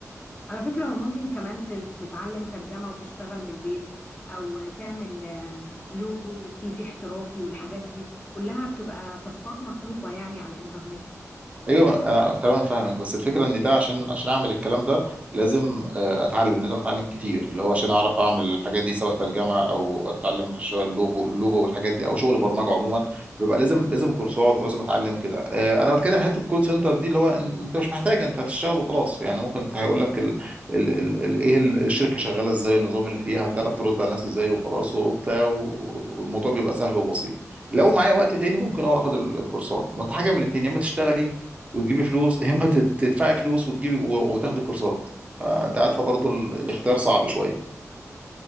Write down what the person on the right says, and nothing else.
ايوه انا تمام فاهمك بس الفكره ان ده عشان عشان اعمل الكلام ده لازم آه، اتعلم لازم اتعلم كتير اللي هو عشان اعرف اعمل الحاجات دي سواء ترجمه او اتعلم شويه اللوجو اللوجو والحاجات دي او شغل برمجه عموما بيبقى لازم لازم كورسات ولازم اتعلم كده آه، انا بتكلم حته كول سنتر دي اللي هو إن- انت مش محتاج انت هتشتغل وخلاص يعني ممكن هيقول لك ال... ال... ال... ال... ايه الشركه شغاله ازاي النظام اللي فيها هتعرف ترد على الناس ازاي وخلاص وبتاع و- والموضوع بيبقى سهل وبسيط لو معايا وقت تاني ممكن اه اخد الكورسات ما انت حاجه من الاثنين يا اما تشتغلي وتجيبي فلوس يا اما تت- تدفعي فلوس وتجيبي و- وتاخدي كورسات فانت عارفه برضو ال- الاختيار صعب شويه